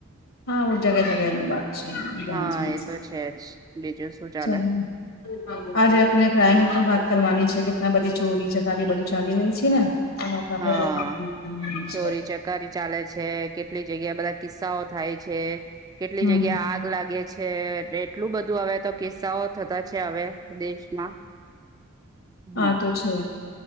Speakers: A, on the left (about 70°); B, on the right (about 20°).
A: હા ઓ જગ્યા જગ્યા નું વાત છે જણ
B: હા એ તો છે જ બીજું શું ચાલે
A: જ <unintelligible> આજે આપને ક્રાઈમ વાત કરવાની છે. કેતના બધી ચોરી છે. લાગે બધું ચાલી રહી છે ને. ચાલો આપણે
B: હા
A: આપણે ટોપિક પર વાત કરવાની
B: ચોરી
A: છે.
B: ચકારી ચાલે છે. કેટલી જગ્યા બધા કિસ્સાઓ થાય છે. કેટલી
A: હમ
B: જગ્યા આગ લાગ ગે છે. એટલું બધું આવે તો કિસ્સાઓ થતા છે હવે દેશમાં. હમ
A: હા તો છે.